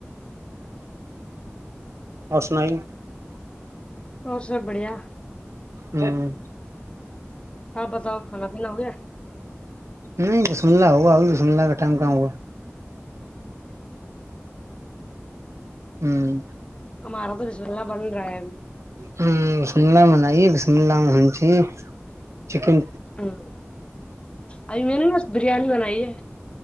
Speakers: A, on the right (about 85°); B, on the left (about 20°).
A: اور سنائیں
B: اور سب بڑھیا
A: ہوں
B: آپ بساؤ کھانا پین ہو گیا
A: نہیں تو سملہ ہوا ابھی تو سمنلہ کا ٹائم کہاں ہوا ہوں
B: ہمارا تو رسالہ بن رہا ہے
A: ہو سملہ میں نہیں سملا میں ہونے چاہیے چکن
B: ہوں ابھی میں نے بس بریانی بنائی ہے